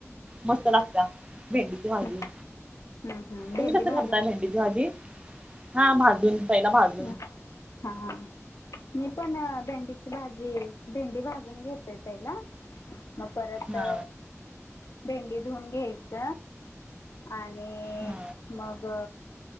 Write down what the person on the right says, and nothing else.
मस्त लागत भेंडीची भाजी.
तुम्ही कस
करताय भेंडीची भाजी हा भाजून पहिला भाजून.
हा
हा